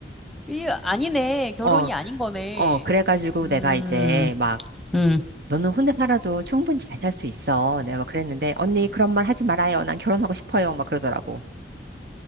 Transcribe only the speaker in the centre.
이 아니네. 결혼이
아닌 거네.
음,
음,